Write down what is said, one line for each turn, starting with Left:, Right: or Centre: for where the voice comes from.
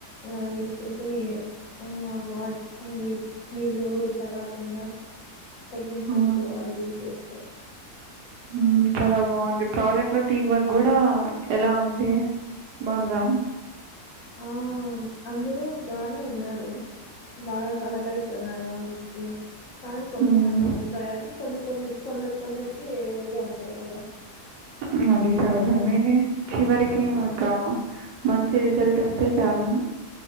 Left: అది యూజ్ చేసి ఆ వాట్ అని నీళ్ళ ఉరిపడకుండా తగ్గించచ్చు
Right: ఆ!
Left: అది యూజ్ చేస్తే
Right: హ్మ్ చాలా బాగుంది ప్రాజెక్ట్ లో టీం వర్క్ కూడా ఎలా ఉంది బొంద
Left: ఆ అందరూ బానే ఉన్నారు బాగా సహకరిస్త అన్నిటికీ కానీ కొన్నిసార్లు
Right: హ్మ్.
Left: అభిప్రాయాలు కొన్ని కొన్ని కొందరు కొందరికి వేరుగా ఉంటాయి కదా
Right: అ అది సహజమేనే చివరికి ఇంకా మంచి రిజల్ట్ వస్తే చాలు